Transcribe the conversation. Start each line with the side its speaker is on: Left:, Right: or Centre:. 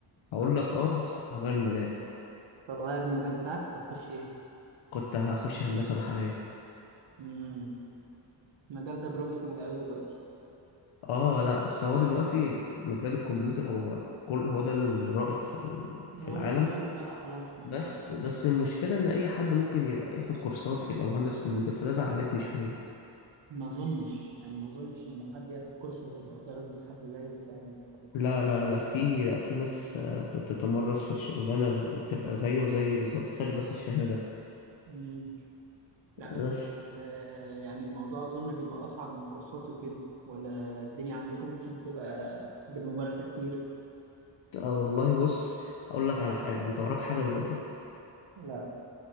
Left: هقول
Right: آه،
Left: لك اه بس كنت هغير المجال
Right: كنت هتغير المجال بتاعك كنت هتخش ايه
Left: كنت هخش هندسه بحريه
Right: امم المجال ده بروميسنج قوي دلوقتي
Left: اه لا اصل هو
Right: مم.
Left: دلوقتي مجال الكمبيوتر هو كل هو ده الرائد في ال- في
Right: هو
Left: العالم
Right: ليه غالي بقى خلاص يعني
Left: بس بس
Right: هو-
Left: المشكله ان اي حد ممكن يبقى ياخد كورسات يبقى مهندس كمبيوتر فده زعلتني شويه
Right: ما اظنش يعني ما اظنش ان حد ياخد كورس هيبقى بدرجه حد زيك يعني أو يكون
Left: لا
Right: بيبقى-
Left: لا لا في لا في ناس آه، بتتمرس في الشغلانه بتبقى زيه وزي بالظبط فرق بس الشهاده
Right: مم. لا
Left: بس
Right: بس لا، يعني الموضوع اظن بيبقى اصعب من كورسات وكده ولا الدنيا عندكم ممكن تبقى بالممارسه كتير
Left: اه والله بص هقول لك على حاجه انت وراك حاجه دلوقتي
Right: لا